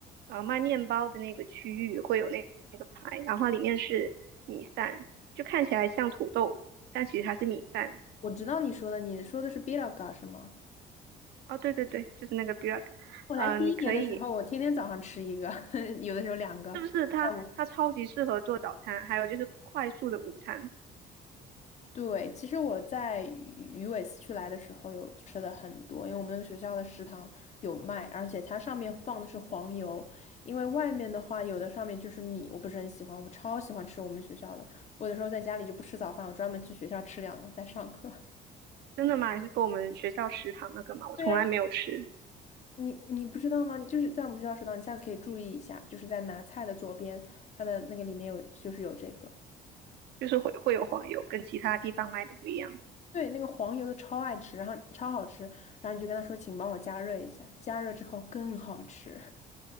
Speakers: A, on the right (about 80°); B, on the left (about 45°).
A: 呃，卖面包的那个区域会有那那个派，然后里面是米饭，就看起来像土豆，但其实它是米饭。
B: 我知道你说的，你说的是 b i r a g a 是吗？
A: 哦，对对对，就是那个 b u r e k
B: 我来第一年的时候，
A: 呃，你可以，
B: 我天天早上吃一个，<laughs> 有的时候两个。
A: 是不是它它超级适合做早餐，
B: 下我
A: 还有就是快速的午餐。
B: 对，其实我在鱼鱼尾四区来的时候有吃的很多，因为我们那个学校的食堂有卖，而且它上面放的是黄油，因为外面的话有的上面就是米，我不是很喜欢，我超喜欢吃我们学校的，我有时候在家里就不吃早饭，我专门去学校吃两个在上课。
A: 真的吗？你是说我们学校食堂那个嘛，我从来没有吃，
B: 对呀，你你不知道吗？就是在我们学校食堂，你下次可以注意一下，就是在拿菜的左边，它的那个里面有就是有这个。
A: 就是会会有黄油，跟其他地方卖的不一样。
B: 对，那个黄油的超爱吃，然后超好吃，然后你就跟他说，请帮我加热一下，加热之后更好吃